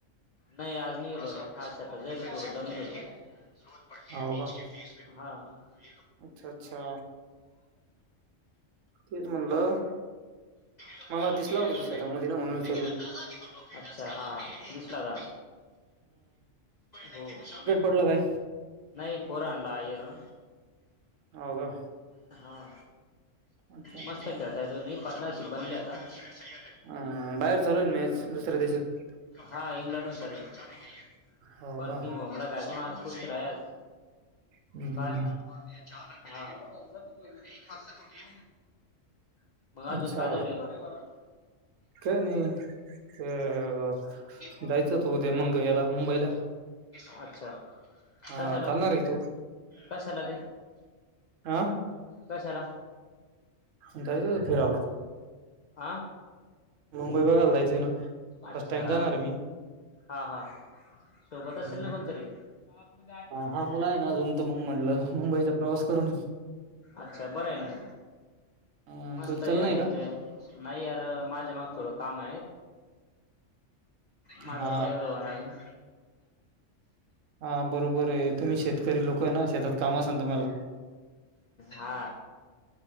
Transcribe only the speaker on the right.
आज हो का
अच्छा अच्छा तेच म्हणलं
मला
दिसला
होता
तू शेतामध्ये ना म्हणून विचारलं
पडला काय?
हो का
अच्छा अच्छा
ह बाहेर चालू मॅच दुसऱ्या देशात
हो
का
हम्म.
अच्छा
काय नाही ते, अं,
जायचं की उद्या मंग याला मुंबईला
हा,
चालणार आहे की तू
हा
जायचं होतं फिरायला
मुंबई बघायला जायचंय ना
फर्स्ट टाइम जाणार आहे मी
मग
हा मुला आहे ना अजून तर मग म्हटलं मुंबईचा प्रवास करून
अ
तुला चल
नाही का
हा
हा बरोबर आहे तुम्ही शेतकरी लोक आहे ना शेतात काम असाल तुम्हाला